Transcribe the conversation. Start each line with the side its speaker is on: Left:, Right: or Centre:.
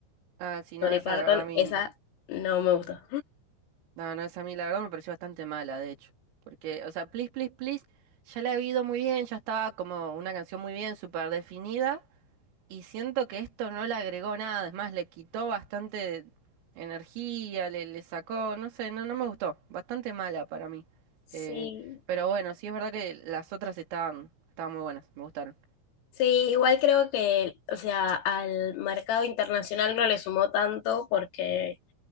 Right: Ah, sí, no,
Left: Dolly
Right: esa
Left: Parton.
Right: la verdad a mí.
Left: Esa no me gustó.
Right: No, no, esa a mí la verdad me pareció bastante mala, de hecho. Porque, o sea, Please, Please, Please, ya la he oído muy bien, ya estaba como una canción muy bien, súper definida. Y siento que esto no le agregó nada, es más, le quitó bastante energía, le, le sacó, no sé, no, no me gustó. Bastante mala para mí. Eh,
Left: Sí,
Right: pero bueno, sí es verdad que las otras estaban, estaban muy buenas, me gustaron.
Left: sí, igual creo que, o sea, al mercado internacional no le sumó tanto porque